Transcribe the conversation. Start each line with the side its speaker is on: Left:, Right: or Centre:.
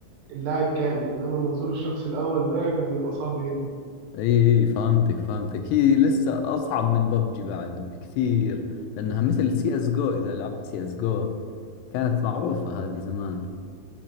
Right: اللاعب كامل انما منظور الشخص الاول ده كان بيبقى صعب جدا
Left: اي اي فهمتك فهمتك هي لسه اصعب من ببجي بعد بكثير لانها مثل سي اس جو اذا لعبت سي اس جو كانت معروفة هذه زمان